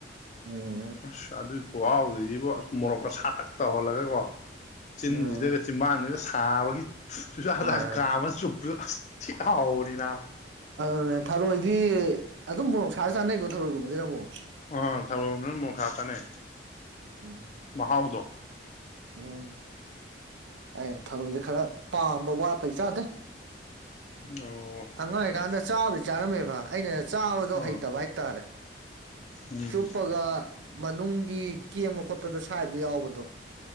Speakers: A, on the right; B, on the left.
A: ꯎꯝ
B: <unintelligible> ꯈꯨꯍꯥꯎꯒꯤꯁꯤꯕꯨ ꯑꯁ ꯃꯣꯔꯣꯛꯀ ꯁꯥꯇꯛ ꯇꯧꯍꯜꯂꯒꯦꯀꯣ ꯆꯤꯟꯁꯤꯗꯒ
A: ꯎꯝ
B: ꯆꯤꯝꯕꯥꯗꯒ ꯁꯥꯕꯒꯤ ꯁꯨꯁꯗ
A: ꯃꯥꯅꯦ
B: ꯀꯥꯃ ꯆꯨꯞ ꯍꯥꯎꯅꯤꯅꯥ
A: ꯑꯗꯨꯅꯦ ꯊꯔꯣꯏꯗꯤ ꯑꯗꯨꯝꯕꯨ ꯁꯥꯔ ꯆꯥꯅꯩꯀꯣ ꯊꯔꯣꯏꯒꯨꯝꯕꯁꯤꯅ ꯑꯃꯨꯛ
B: ꯎ <unintelligible> ꯃꯥ ꯆꯅꯦ
A: ꯎꯝ
B: ꯃꯍꯥꯎꯗꯣ
A: ꯎꯝ ꯑꯩ ꯊꯔꯣꯏꯁꯦ ꯈꯔ ꯄꯥꯝꯕ ꯋꯥꯠꯄꯩ ꯆꯥꯗꯦ
B: ꯑꯣ
A: ꯑꯉꯥꯡ ꯑꯣꯏꯔꯤꯀꯥꯟꯗ ꯆꯥꯕꯗꯤ ꯆꯥꯔ ꯝꯃꯦꯕ ꯑꯩꯅ ꯆꯥꯕꯗꯣ
B: ꯑꯥ
A: ꯍꯩꯇꯕ ꯍꯥꯏꯇꯥꯔꯦ
B: ꯎꯝ
A: ꯆꯣꯄꯒ ꯃꯅꯨꯡꯒꯤ ꯀꯦꯡꯕ ꯈꯣꯠꯄꯗꯣ ꯁ꯭ꯕꯗ ꯌꯥꯎꯕꯗꯣ